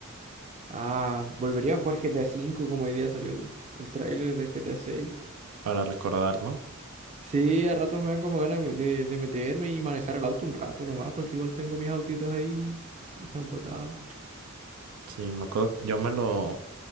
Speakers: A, on the right; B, on the right.
A: Ah, volvería a jugar GTA V como hoy día salió el, el tráiler del GTA VI.
B: para recordar, ¿no?
A: Sí, a ratos me dan como ganas de, de meterme y manejar el auto un rato nomás, porque igual tengo mis autitos ahí y están botados.
B: Sí, me acuerdo, que yo me lo,